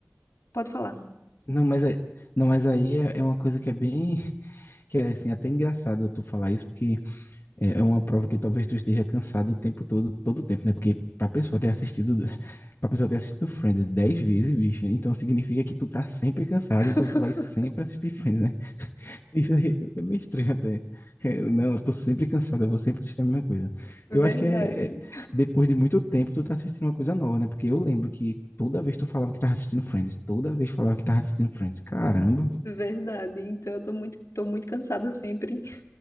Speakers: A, on the left (about 85°); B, on the left (about 60°).
A: Pode falar.
B: Não, mas, é- não, mas aí é, é uma coisa que é bem. <laughs> Que é assim, até engraçado tu falar isso, porque é é uma prova que talvez tu esteja cansado o tempo todo, todo o tempo, né? Porque pra pessoa ter assistido. <laughs> Pra pessoa ter assistido Friends 10 vezes, bicho, então significa que tu tá sempre cansado,
A: <laughs>
B: então tu vai sempre assistir Friends, né? Isso aí é meio estranho até. É, Não, eu tô sempre cansado, eu vou sempre assistir a mesma coisa.
A: Verdade,
B: Eu acho que é, é, depois de muito tempo tu tá assistindo uma coisa nova, né? Porque eu lembro que toda vez tu falava que tava assistindo Friends, toda vez falava que tava assistindo Friends. Caramba,
A: verdade. Então eu tô muito, tô muito cansada sempre.